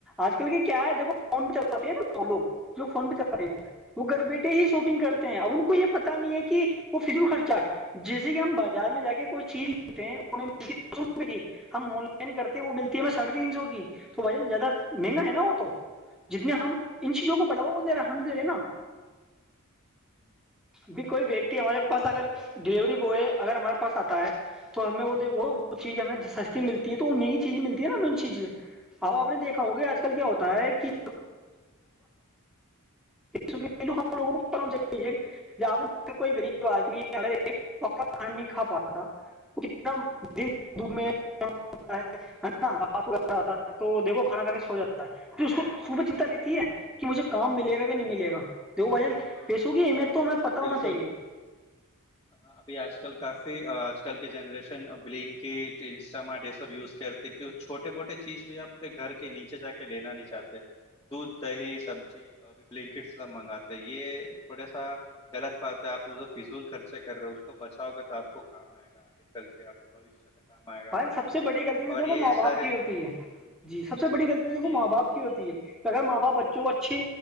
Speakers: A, in the centre; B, on the left.
A: آج کل کی کیا ہے دیکو فون پہ چلاتے ہیں نا وہ لوگ جو فون پہ چلاتے ہیں وہ گھر بیٹھے ہی شاپنگ کر ہیں اب ان کو یہ پتا نہیں ہے کہ وہ فضول خرچہ جیسے کہ ہم بازار میں جاے کوئی چیز لیتے ہیں ہمیں ملتی ہے دو سو روپئے کی ہم آن لائن کرتے ہیں وہ ملتی ہے ہمیں ساڑھے
B: جی
A: تین سو کی تو بھائی ج زیادہ مہنگا ہے نا وہ
B: جی
A: تو جتنے ہم ان چیزوں
B: بالکل
A: کو بڑاؤو کو
B: بالکل
A: دے رہا دے رہے نا
B: ہوں،
A: ابھی کوئی ویکتی ہمارے پاس
B: بالکل
A: اگر ڈیلیوری بوائے اگر ہمارے پاس آتا ہے تو ہمیں وہ د وہ چیز ہمیں
B: ہ
A: سستی ملتی تو مہنگی چیزیں ملتی ہے نا ان چیز سے اب آپ نے دیکھا ہوگے آج کل کیا ہوتا ہے کہ
B: ہاں
A: لگ ہم سےیے کہ جہپ کوئی غریب آدمی ہے اگر ایک پکا پ نہیں کا پاتا انا دن میں تا ہے تو دیکھو کھانا کھا کے سو جاتا ہے پھر اس کو صبح چنتا رہتی ہے کہ مجھے کام ملے گا کہ نہیں ملے گا دیو بھائیجن پیسوں کی اہمیت تو ہمیں
B: جی
A: پتہ
B: بالکل
A: ہونا چاہیے
B: ہاں ابھی آج کل کافی آج کل کے جنریشن بلنکٹ انسٹ مارٹ یہ سب یوز کرتے کی چھوٹے موٹے چیز بھی آنے گھر کے نیچے جا کے لینا نہیں چاہتے دودھ دہی سبزی اوربھی بلینکٹ سب منگاتے ہیں یہ تھوڑے غط بات ہے آپ فضول خرچے کر رہے ہو اس کو بچاؤ گے تو آپ کو کام آئے گا چلتے آپ سے بھشیہ میں کام آئے گا
A: ب سب سے بڑی غلطی تو
B: اور
A: دیکھو
B: یہ
A: ماں باپ
B: سارے
A: کی
B: ہوں،
A: ہوتی ہے جی سب سے بڑی غلطی تو دیکھو
B: جی
A: ماں
B: جی
A: باپ کی ہوتی ہے کہ اگر ماں باپ بچوں کو اچھی